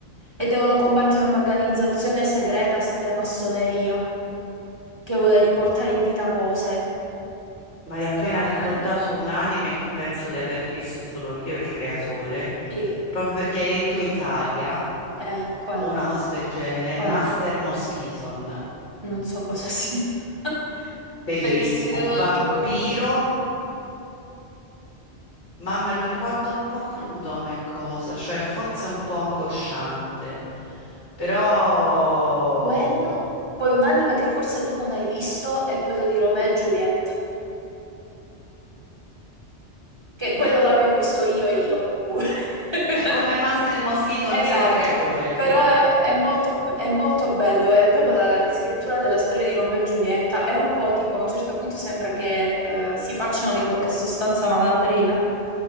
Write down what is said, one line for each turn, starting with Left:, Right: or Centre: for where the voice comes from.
Right: e devono combattere un'organizzazione segreta stile massoneria che vuole riportare in vita cose
Left: Mi
Right: strane.
Left: hai appena ricordato
Right: eh?
Left: un anime che penso di aver visto solo io, e il creatore,
Right: Chi?
Left: proprio perché hai detto Italia
Right: Eh, quale?
Left: o una cosa del genere,
Right: Quale?
Left: Master Moschiton.
Right: Non so cosa sia. <laughs>
Left: Bellissimo,
Right: L'hai vestito
Left: un vampiro.
Right: tu?
Left: Ma me lo ricordo un po' crudo come cosa, cioè forse un po' angosciante, però
Right: Quello? Poi un anime che forse tu non hai visto è quello di Romeo e Giulietta, che
Left: no?
Right: quello l'abbiamo visto io e io. pure. <laughs>
Left: È come Master Moschito,
Right: Esatto,
Left: Neo il creatore, fine.
Right: però è, è molto, be- è molto bello, è proprio la riscrittura della storia di Romeo e Giulietta, è un po' tipo a un certo punto sembra che eh, si facciano di qualche sostanza malandrina,